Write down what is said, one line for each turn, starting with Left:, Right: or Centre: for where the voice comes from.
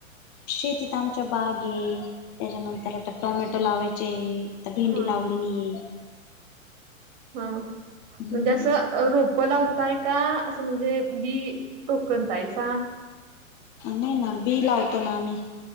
Left: शेतीत आमच्या बाग आहे त्याच्यानंतर आता टोमॅटो लावायचे आहे. आता भेंडी
Right: हा
Left: लावलेली आहे.
Right: हा.
Left: हम्म
Right: म्हणजे असं रोपं लावताय का असं म्हणजे बी टोकनतायसा
Left: नाही ना बी लावतो ना आम्ही